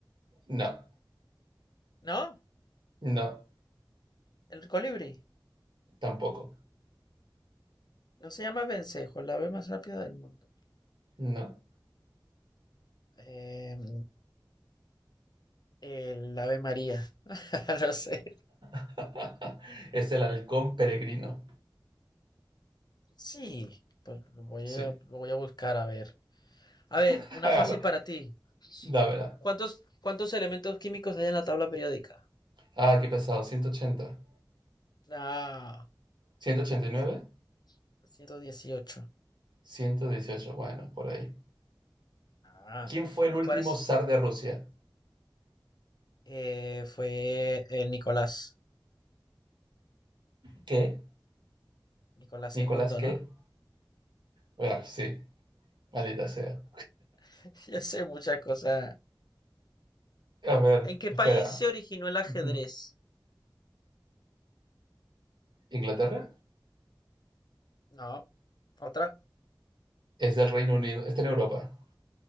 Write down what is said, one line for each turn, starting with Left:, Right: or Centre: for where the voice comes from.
Right: No,
Left: ¿No?
Right: no,
Left: El colibrí.
Right: Tampoco.
Left: No se llama vencejo, el ave más rápida del mundo.
Right: No.
Left: Em, el ave María. <laughs> No sé.
Right: <laughs> es el halcón peregrino.
Left: Sí, pues lo voy
Right: Sí.
Left: a, lo voy a buscar a ver. A ver,
Right: <laughs>
Left: una fácil para ti.
Right: Dámela.
Left: ¿Cuántos, cuántos elementos químicos hay en la tabla periódica?
Right: Ah, qué pesado. Ciento ciento ochenta,
Left: Ah,
Right: ciento ochenta y nueve,
Left: cien- 118.
Right: ciento dieciocho. Bueno, por ahí.
Left: Ah,
Right: ¿Quién fue el
Left: ¿y
Right: último
Left: cuál es?
Right: zar de Rusia?
Left: Eh, fue el Nicolás,
Right: ¿Qué?
Left: Nicolás
Right: ¿Nicolás
Left: segundo,
Right: qué?
Left: ¿no?
Right: Bueno, sí. Maldita sea.
Left: <laughs> Ya sé muchas cosas.
Right: A ver,
Left: ¿En qué país
Right: espera.
Left: se originó el ajedrez?
Right: <laughs> ¿Inglaterra?
Left: No, otra,
Right: Es del Reino Unido. Está en Europa.